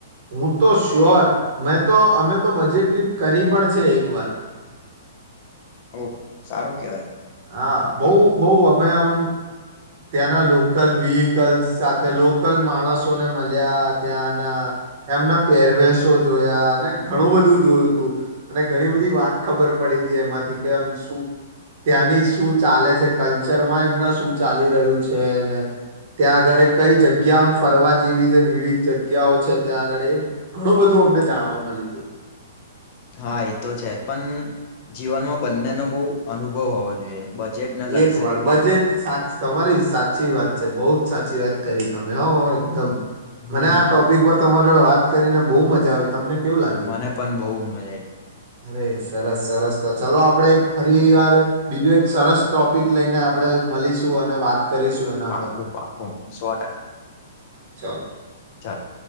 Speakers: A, on the right; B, on the left.
A: હું તો શ્યોર મેં તો અમે તો બજેટ ટ્રીપ કરી પણ છે એકવાર
B: ઓ સારું કેવાય
A: હા બોવ બોવ અમે આમ ત્યાંના લોકલ વહીકલ્સ સાથે લોકલ માણસોને મલયા ત્યાં એમના પેરવેસ તો જોયા અને ઘણું બધું જોયું તું અને ઘણી બધી વાત ખબર પડી હતી એમાંથી કે આમ શું ત્યાંની શું ચાલે છે કલ્ચરમાં એમના શું ચાલી રહ્યું છેને ત્યાં આગળ કઈ જગ્યામ ફરવા જેવી છે વિવિધ જગ્યાઓ છે ત્યાં આગળ એ ઘણું બધું અમને જાણવા મલયુ હતું.
B: હા એ તો છે પણ જીવનમાં બંને નો બોવ અનુભવ હોવો જોઈએ. બજેટ ને લક્ઝરી
A: એક વાર
B: ટ્રીપ
A: બજેટ
B: બેવનો
A: સાચ તમારી સાચી વાત છે બહુ જ સાચી વાત કરી તમે હો એકદમ
B: હમ
A: મને આ ટોપિક પર તમારે વાત કરીને બહુ મજા આવી તમને કેવું લાગ્યું
B: મને પણ બહુ મજા આઈ
A: અરે સરસ સરસ તો ચાલો આપણેે ફરી વાર બીજું એક સરસ ટોપિક લઈને આપણે મલીશું અને વાત કરીશું એના
B: પાકું પાકું સો ટકા
A: ચાલો
B: ચાલો